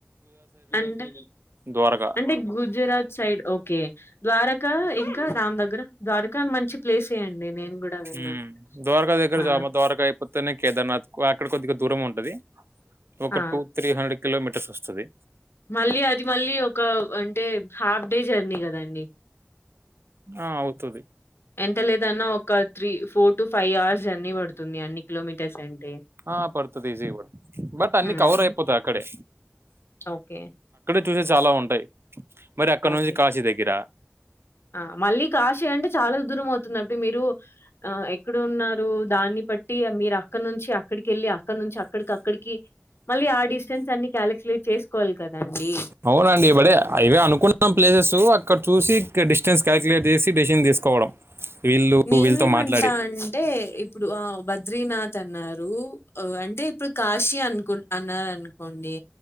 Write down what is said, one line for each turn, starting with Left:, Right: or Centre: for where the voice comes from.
Left: అంటే
Right: ద్వారకా
Left: అంటే Gujarat side okay Dwarka ఇంకా దాన్ దగ్గర ద్వారకా మంచి ప్లేసే అండి నేను గూడా విన్నా.
Right: ఉ ద్వారకా దగ్గర <unintelligible>
Left: ఆ!
Right: ద్వారకా అయ్యిపోతేనే కేదార్నాథ్ కు అక్కడ కొద్దిగా దూరం ఉంటాది ఒక
Left: ఆ!
Right: టూ త్రీ హండ్రెడ్ కిలోమీటర్స్ వస్తాది
Left: మళ్ళీ అది మళ్ళీ ఒక అంటే హాఫ్ డే జర్నీ కాదండి
Right: ఆ అవుతది
Left: ఎంత లేదన్నా ఒక three four to five hours journey పడుతుంది అన్ని కిలోమీటర్స్ అంటే
Right: ఆ, పడుతుంది ఈజీగా పడుతుంది బట్ అన్ని
Left: మ్
Right: కవర్ అయిపోతాయి అక్కడే
Left: ఓకే
Right: చూసేయ్ చాలా ఉంటాయ్ మరి అక్కడ
Left: ఓకే.
Right: నుంచి కాశీ దగ్గర
Left: ఆ మళ్ళీ కాశీ అంటే చాలా దు రం అవుతుంది దాప్డు మీరు ఆ ఎక్కడున్నారు దాన్ని బట్టి మీరు అక్కడ నుంచి అక్కడ్ కేళ్ళి అక్కడ నుంచి అక్కడికి అక్కడికి మళ్ళీ ఆ డిస్టెన్స్ అన్ని కాలిక్యులేట్ చేసుకోవాలి కదండి
Right: అవునండి ఇవడే అవే అనుకున్నాం ప్లేసెస్ అక్కడ చూసి క డిస్ స్టెన్స్ కాల్యులేట్ చేసి డిసిజన్ తీసుకోవడం వీళ్ళు
Left: నేనేమంటా
Right: వీళ్ళతో మాట్లాడి
Left: అంటే ఇప్పుడు ఆ బద్రీనాథ్ అన్నార్ రు గ్ అంటే ఇప్పుడు కాశీ అనుకు అన్నారు అనుకోండి